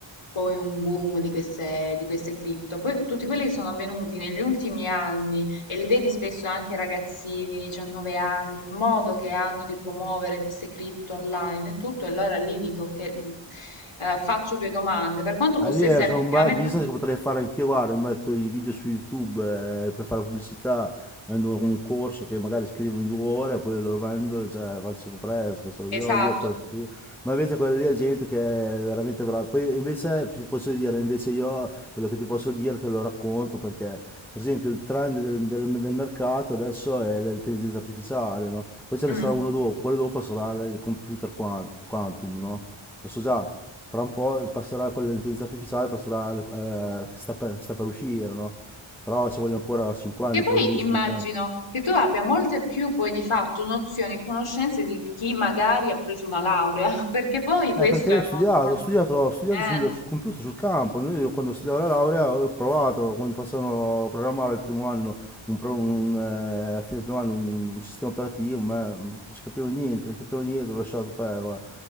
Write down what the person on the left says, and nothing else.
poi un boom di queste, di queste cripto. Poi tutti quelli che sono avvenuti negli ultimi anni E li vedi spesso anche ragazzini, 19 anni, il modo che hanno di promuovere queste cripto online e tutto, e allora lì dico che mh, eh, faccio due domande, per quanto possa
essere
effettivamente
esatto.
mm.
Che
poi
immagino
che tu abbia molte più poi di fatto nozioni e conoscenze di chi magari ha preso una laurea, <laughs> perché poi questo
è
un
mondo molto...
Eh.